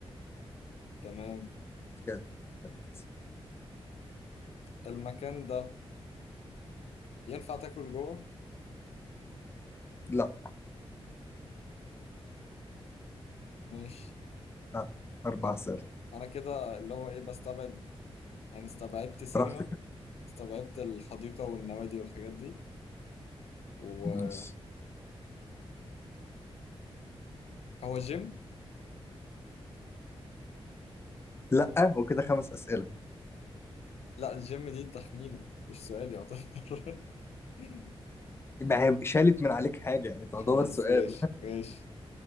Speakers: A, on the left (about 90°); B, on the left (about 25°).
A: تمام
B: كده تلات أسئلة.
A: المكان ده ينفع تاكل جوه
B: لا
A: ماشي
B: آه. اربع
A: انا
B: اسئله
A: انا كده اللي هو ايه بستبعد يعني استبعدت سينما
B: براحتك
A: استبعدت الحديقة والنوادي والحاجات دي وهو
B: ماشي
A: جيم
B: لا وكده خمس اسئله
A: لا الجيم دي تخمينة مش سؤال يعتبر <laughs>
B: ما هي شالت من عليك حاجه يعني تعتبر
A: خلاص
B: سؤال
A: ماشي
B: <laughs>
A: ماشي